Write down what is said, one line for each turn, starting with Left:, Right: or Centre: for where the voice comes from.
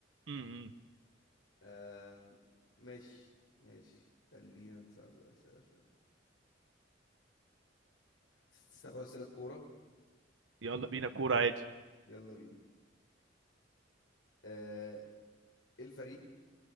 Right: امم
Left: آه... ماشي ماشي خلينا نصعب الأسئلة شوية تستخدم أسئلة الكورة
Right: يلا بينا كوره عادي
Left: يلا بينا آه... ايه الفريق